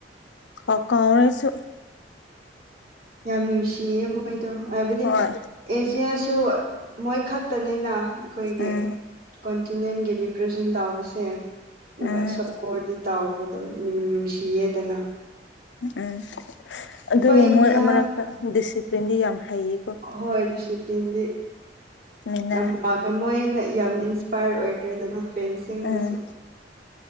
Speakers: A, on the left (about 80°); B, on the right (about 55°).
A: ꯍ ꯀꯥꯎ꯭ꯔꯦꯁꯨ
B: ꯌꯥꯝ ꯅꯨꯡꯁꯤꯌꯦ ꯃꯣꯏꯗꯣ ꯍꯥꯏꯕꯗꯤ
A: ꯍꯣꯏ
B: ꯑꯦꯖꯦꯁꯨ ꯃꯣꯏ ꯈꯛꯇꯅꯤꯅ ꯑꯩꯈꯣꯏꯒꯤ
A: ꯎꯝ
B: ꯀꯣꯟꯇꯤꯅꯦꯟꯒꯤ ꯔꯤꯄ꯭ꯔꯖꯦꯟ ꯇꯧꯕꯁꯦ ꯑꯗꯨꯒ
A: ꯎꯝ
B: ꯁꯞꯄꯣꯔꯗꯤꯤ ꯇꯥꯎꯒꯗꯕ ꯅꯨꯡꯁꯤꯌꯦꯗꯅ
A: ꯎꯝ ꯑꯗꯨꯕꯨ
B: ꯍꯣꯏ ꯏꯟꯗꯤꯌꯥ
A: ꯃꯣꯏ ꯑꯃꯛꯇ ꯗꯤꯁꯤꯄ꯭ꯂꯤꯟꯗꯤ ꯌꯥꯝ ꯍꯩꯌꯦꯀꯣ
B: ꯍꯣꯏ ꯗꯤꯁꯤꯄ꯭ꯂꯤꯟꯗꯤ
A: ꯃꯤꯅ
B: ꯌꯥꯝ ꯋꯥꯡꯉꯦ ꯃꯣꯏꯅ ꯌꯥꯝ ꯏꯟꯁꯄꯥꯏꯌꯔ ꯑꯣꯏꯈ꯭ꯔꯦꯗꯅ ꯐꯦꯟꯁꯤꯡꯗꯁꯨ
A: ꯎꯝ